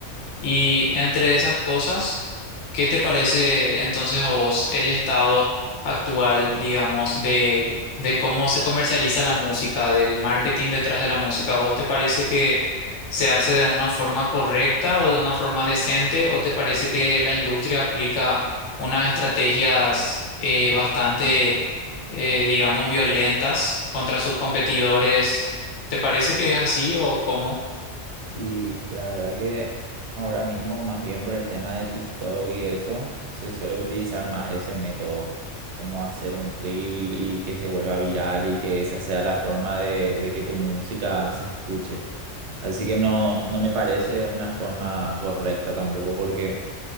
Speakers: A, on the left (about 70°); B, on the right (about 70°).
A: Y entre esas cosas, ¿qué te parece entonces a vos el estado actual, digamos, de, de cómo se comercializa la música, del marketing detrás de la música? ¿A vos te parece que se hace de una forma correcta o de una forma decente o te parece que la industria aplica unas estrategias eh, bastante, eh, digamos, violentas contra sus competidores? ¿Te parece que es así o cómo?
B: Y la verdad que ahora mismo, más bien por el tema de TikTok y eso, se suele utilizar más ese método, como hacer un reel y que se vuelva viral y que esa sea la forma de, de que tu música se escuche. Así que no, no me parece una forma correcta tampoco porque,